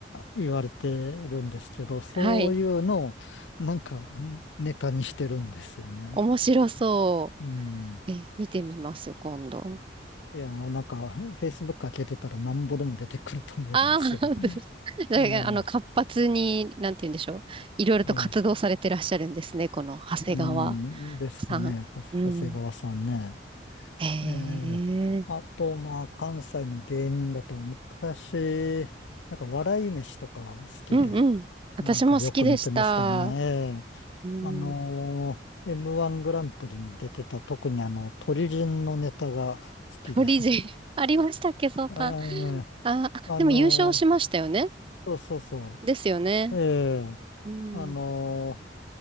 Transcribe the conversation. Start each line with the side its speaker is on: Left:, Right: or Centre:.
Left: 言われてるんですけど、そういうのを、
Right: はい。
Left: なんか、ネタにしてるんですよね。
Right: 面白そ
Left: うん。
Right: う。え、見てみます、今度。
Left: いや、なんか、Facebook 開けてたらなんぼでも出てくると思いますよ。
Right: ああ、本当ですだから
Left: ええ
Right: <laughs> あの、活発に、なんて言うんでしょう。いろいろと活動されてらっしゃるんですね、
Left: ええ
Right: この長谷川。
Left: うん、ですかね、
Right: さん。
Left: は長谷川さんね。
Right: うん。へえ。
Left: ええあと、まあ、関西の芸人だと、昔、なんか、笑い飯とか好きで、
Right: うんうん。私も好きでした。
Left: なんかよく見てましたね。ええあのー
Right: うん。
Left: M1 グランプリに出てた、特にあの、鳥人のネタが好きで。
Right: フリージー
Left: <laughs>
Right: <laughs> ありましたっけ、そうたん。
Left: ええ
Right: あー、あでも優勝しましたよね。
Left: あのーそうそうそ
Right: ですよね。
Left: う。ええ
Right: うん。
Left: あの